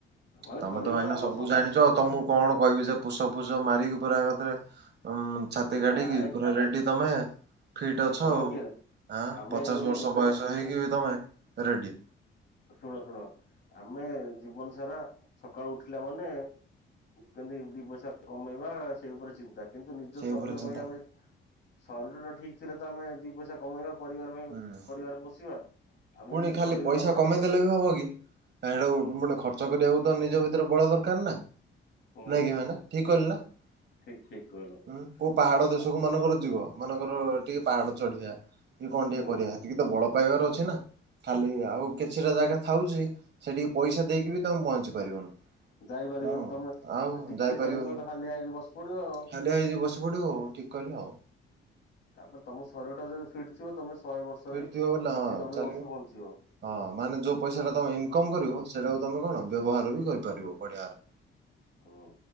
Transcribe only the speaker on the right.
ତମେ
ତ ଭାଇନା
ସବୁ ଜାଣିଛ, ତମକୁ କଣ କହିବି ଯେ ପୁସ ଫୁସ ମାରିକି ପୁରାଏକାଥରେ ଛାତି କାଢିକି
ପୁରା ରେଡି ତମେ, ଫିଟ୍
ଅଛ
ଆଉ,
ଆ
ପଚାଶ
ବର୍ଷ
ବୟସ ହେଇକି ବି ତମେ ରେଡ଼ି।
ସେଇ
ଉପରେ ଚିନ୍ତା।
ହୁଁ
ପୁଣି
ଖାଲି
ପଇସା
କମେଇ ଦେଲେ ବି ହବ କି ସେଟା ଗୋଟେ
ଖର୍ଚ୍ଚ କରିବାକୁ ତ ନିଜ ଭିତରେ ବଳ ଦରକାର ନା,
ନାଇଁ କି ଭାଇନା ଠିକ କହିଲି ନାଁ,
କୋଉ ପାହାଡ
ଦେଶକୁ କୋଉ ମାନଙ୍କର ଯିବ, ମାନଙ୍କର ଟିକେ ପାହାଡ ଚଢିବା କି କଣ ଟିକିଏ
କରିବା ସେତିକି ତ ବଳ ପାଇବାର ଅଛି ନା, ଖାଲି ଆଉ କିଛିଟା ଜାଗା ଥାଉଛି ସେଠିକି ପଇସା ଦେଇକି ବି ତମେ ପହଞ୍ଚି ପାରିବନି।
ହୁଁ
ଆଉ
ଯାଇପାରିବନି।
ହାଲିଆ ହେଇକି ବଶି ପଡିବ। ହଉ ଠିକ କହିଲେ ଆଉ।
ଫିରଥିବ
ବୋଲେ ହଁ
ଚାଲିବ।
ହଁ ମାନେ ଯୋଉ ପଇସା ଟା ତମେ ଇନକମ କରିବ ସେଇଟାକୁ ତମେ କଣ ବ୍ୟବହାର ବି କରିପାରିବ ବଢିଆରେ।